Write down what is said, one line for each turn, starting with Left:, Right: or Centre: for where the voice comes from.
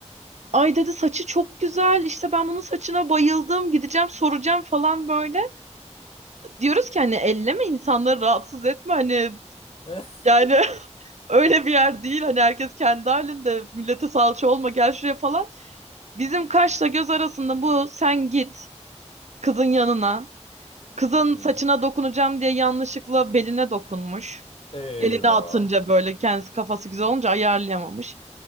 Right: Ay dedi saçı çok güzel işte ben bunun saçına bayıldım gideceğim soracağım falan böyle. Diyoruz ki hani elleme insanları rahatsız etme hani
Left: <laughs>
Right: yani <laughs> öyle bir yer değil hani herkes kendi halinde millete salça olma gel şuraya falan. Bizim kaşla göz arasında bu sen git kızın yanına Kızın
Left: Hı.
Right: saçına dokunacağım diye yanlışlıkla beline dokunmuş.
Left: Eyvah.
Right: Elini atınca böyle kendisi kafası güzel olunca ayarlayamamış.